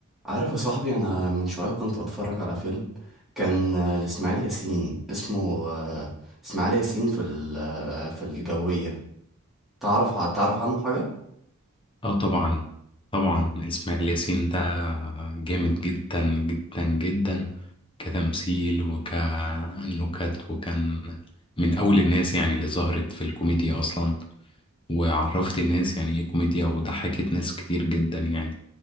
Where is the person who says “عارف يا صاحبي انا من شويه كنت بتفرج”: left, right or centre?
Centre